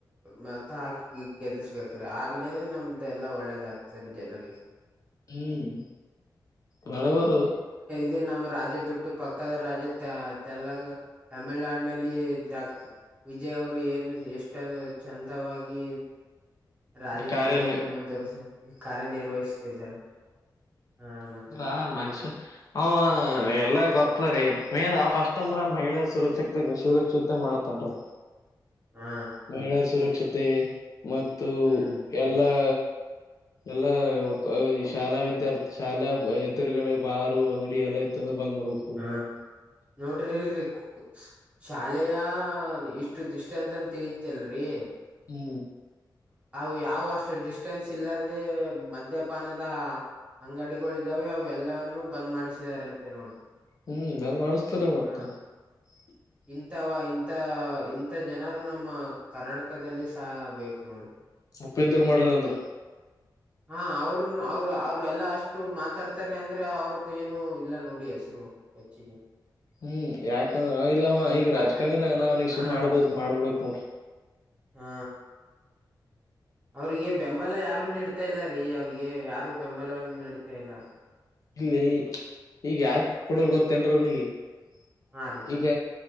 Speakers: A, on the right; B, on the left.
A: ಮತ್ತ ಹಾಕಿ ಗೆದಿಸ್ಬೇಕ್ರೀ ಆಗ್ಲೇ ನಮ್ದ ಎಲ್ಲಾ ಒಳ್ಳೇದಾಗ ಸರಿ ಜನರಿ
B: ಹ್ ಬರಬರ
A: ಈಗ ನಮ್ಮ ರಾಜ ಬಿಟ್ಟು ಪಕ್ಕದ ರಾಜಕ್ಕ ತೆಲಂಗ ತಮಿಳನಾಡಿನಲ್ಲಿ ಡಾ ವಿಜಯ್ ಅವರು ಏನು ಎಷ್ಟು ಟ ಚಂದವಾಗಿ ರಾಜಕಾರಣಿಯನ್ನು
B: ಕಾರ್ಯನ
A: ಮುಂದುವರ್ಷ ಕಾರ್ಯನಿರ್ವಹಿಸ್ತಾದಾರೆ ಹ ಮತ್ತ
B: ರಾ ಮನಷ್ಯ ಹ ಎಲ್ಲ ಗೊತ್ತರೀ ಮೇನ್ ಫಸ್ಟ್ ಅಂದ್ರ ಮಹಿಳೆ ಸುರಕ್ಷತೆ ಸುರಕ್ಷತೆ ಮಾಡತ್ತನಾರಿ. <inaudible>
A: ಹ್ಮ
B: ಮಹಿಳೆಯ ಸುರಕ್ಷತೆ ಮತ್ತು
A: ಹ್ಮ್
B: ಎಲ್ಲಾ ಎಲ್ಲ ಶಾಲಾ ವಿದ್ಯಾರ್ಥಿ ಶಾಲಾ ಹೆದುರುಗಳ ಬಾರ ಅಂಗಡಿ ಎಲ್ಲ ಇತ್ತಂದ್ರೆ ಬಂದ್ಬ
A: ಹಾ ನೋಡ್ರಿ ಇಲ್ರಿ ಶಾಲೆಯ ಇಷ್ಟ ದೃಷ್ಟ ಅಂತನ ಐತಲ್ರಿ
B: ಹ್ಮ
A: ಅವು ಯಾವ ಅಷ್ಟ ಡಿಸ್ಟನ್ಸ್ ಇಲ್ಲಾರ್ದೇ ಮದ್ಯಪಾನದ ಅಂಗಡಿಗಳು ಇದ್ದಾವೆ ಅವ ಎಲ್ಲನ್ನೂ ಬಂದ್ ಮಾಡಿಸಿದ್ದಾರೆ ಅಂತ ನೋಡಿ.
B: ಹ್ಮ ಲಗ್ಗ ನದ್ಸ
A: ಹಾ
B: <inaudible>
A: ಇಂಥವಾ ಇಂಥ ಇಂಥ ಜನರು ನಮ್ಮ ಕರ್ನಾಟಕದಲ್ಲಿ ಸಹ ಬೇಕು ನೋಡಿ.
B: ಉಪ್ಪಂದರ ಮಾಡದ ಅಂದ್ರ
A: ಹ್ಮ ಅವ್ರನು ಅವರು ಅವರು ಎಲ್ಲಾ ಅಷ್ಟು ಮಾತಾಡ್ತಾರೆ ಅಂದ್ರ ಅವ್ರ ದು ಏನು ಇಲ್ಲ ನೋಡಿ ಹೆಸರು ಹೆಚ್ಚಿಗೆ
B: ಹ್ಮ ಯಾಕಂದ್ರ ಇಲ್ಲವ ಈಗ
A: ಯಾಕಂದ
B: ರಾಜಕಾರಣಿನಾಗನಿಗ
A: ಹಾ
B: ಸುಮ್ ಮಾಡ್ಬೋ ಮಾಡ್ಬಿಕ ನೋಡ್ರಿ.
A: ಹ್ಮ ಅವ್ರಿಗೆ ಬೆಂಬಲ ಯಾರು ನೀಡ್ತಾ ಇಲ್ಲ ರೀ ಅವ್ರಿಗೆ ಯಾರು ಬೆಂಬಲವನ್ನು ನೀಡ್ತಾ ಇಲ್ಲ
B: ಇಲ್ಲಿ ಈಗ ಯಾಕ್ ಕೊಡಲ್ ಗೊತ್ತೇನ್ರಿ ಅವ್ನಿಗೆ ಈ
A: ಹಾ ರೀ
B: ಈಗ